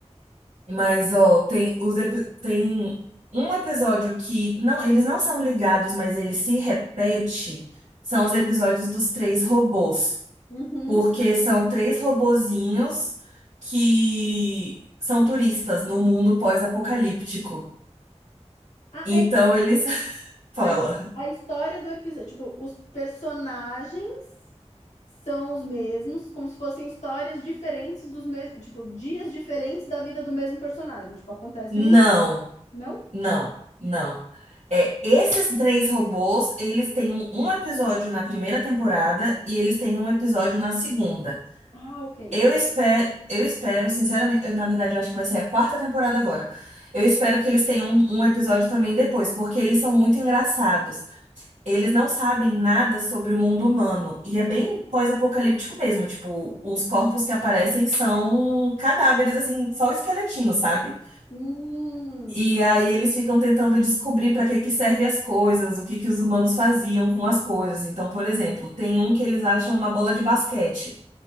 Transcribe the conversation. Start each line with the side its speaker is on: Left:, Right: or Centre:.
Right: mas ó, tem os epi- tem um episódio que não, eles não são ligados, mas ele se repete, são os episódios dos três robôs,
Left: uhum.
Right: porque são três robozinhos que são turistas no mundo pós-apocalíptico.
Left: A,
Right: Então
Left: é-
Right: eles <laughs> falam
Left: a, a história do episódio, tipo, os personagens são os mesmos, como se fossem histórias diferentes dos mesmos, tipo, dias diferentes da vida do mesmo personagem. Tipo, acontece
Right: não,
Left: num, não?
Right: não, não. É, esses três robôs, eles têm um, um episódio na primeira temporada e eles têm um episódio na segunda.
Left: Ah, ok.
Right: Eu espero, eu espero, sinceramente, eu, na verdade, eu acho que vai sair a quarta temporada agora. Eu espero que eles tenham um, um episódio também depois, porque eles são muito engraçados. Eles não sabem nada sobre o mundo humano. E é bem pós-apocalíptico mesmo. Tipo, os corpos que aparecem são cadáveres, assim, só esqueletinhos, sabe?
Left: Hum.
Right: E aí eles ficam tentando descobrir para que que servem as coisas, o que que os humanos faziam com as coisas. Então, por exemplo, tem um que eles acham uma bola de basquete.